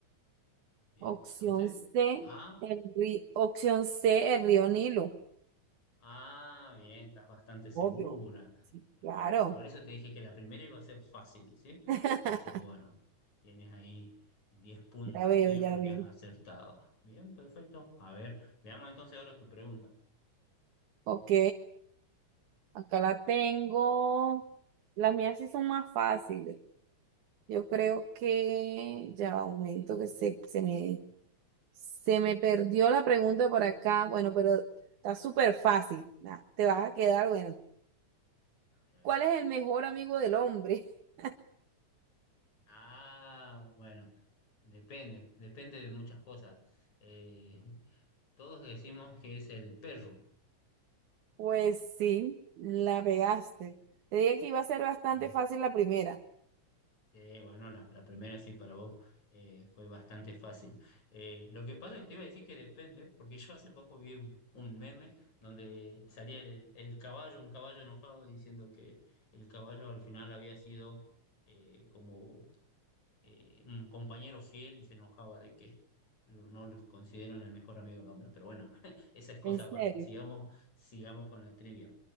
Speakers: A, on the left; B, on the right.
A: Bien,
B: Opción
A: entonces
B: C,
A: A,
B: el río, opción C, el río Nilo.
A: Ah, bien, estás bastante segura.
B: Obvio. Sí,
A: Eh,
B: claro.
A: Bueno, por eso te dije que la primera iba a ser fácil, ¿sí?
B: <laughs>
A: Así que bueno, tienes ahí 10 puntos,
B: Ya veo,
A: ¿sí?
B: ya
A: Porque
B: veo.
A: has acertado. Bien, perfecto. A ver, veamos entonces ahora tu pregunta.
B: Ok, acá la tengo. Las mías sí son más fáciles. Yo creo que ya va un momento que se, se me, se me perdió la pregunta por acá. Bueno, pero está súper fácil. Nah, te vas a quedar, bueno.
A: A ver, a ver.
B: ¿Cuál es el mejor amigo del hombre? <laughs>
A: Ah, bueno, depende, depende de muchas cosas. Eh, todos decimos que es el perro.
B: Pues sí, la pegaste. Te dije que iba a ser bastante
A: Ah,
B: fácil la primera.
A: Sí, bueno, la, la primera sí para vos eh, fue bastante fácil. Eh, lo que pasa es que te iba a decir que depende, porque yo hace poco vi un, un meme donde salía el, el caballo, un caballo enojado, diciendo que el caballo al final había sido eh, como eh, un compañero fiel y se enojaba de que no lo consideran el mejor amigo del hombre. Pero bueno, <laughs> esa es cosa
B: En serio,
A: aparte. Sigamos, sigamos con la trivia.